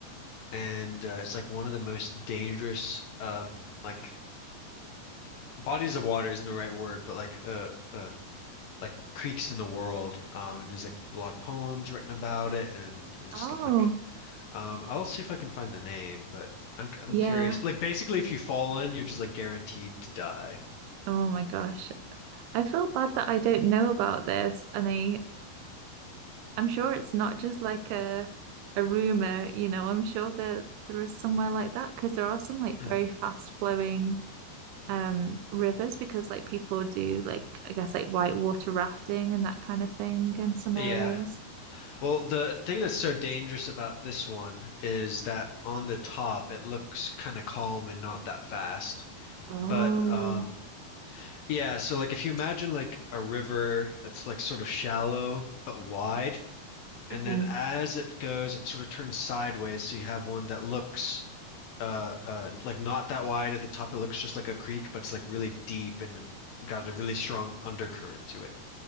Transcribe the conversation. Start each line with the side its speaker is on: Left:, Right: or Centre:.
Left: and uh, it's like one of the most dangerous uh like bodies of water isn't the right word, but like uh, uh like creeks in the world. Um, and there's like a lot of poems written about it and and
Right: Oh,
Left: stuff like. Um, I'll see if I can find the name, but I'm I'm
Right: yeah.
Left: curious. Like basically, if you fall in, you're just like guaranteed to die.
Right: Oh my gosh. I feel bad that I don't know about this and I I'm sure it's not just like a a rumor, you know, I'm sure that there is somewhere like that because there are some like
Left: Mm.
Right: very fast flowing um rivers because like people do like I guess like whitewater rafting and that kind of thing in some
Left: Yeah.
Right: areas.
Left: Well, the thing that's so dangerous about this one is that on the top it looks kind of calm and not that fast.
Right: Oh.
Left: But um yeah, so like if you imagine like a river that's like sort of shallow but wide, and
Right: hmm
Left: then as it goes, it sort of turns sideways. So you have one that looks uh, uh, like not that wide at the top. It looks just like a creek, but it's like really deep and got a really strong undercurrent to it.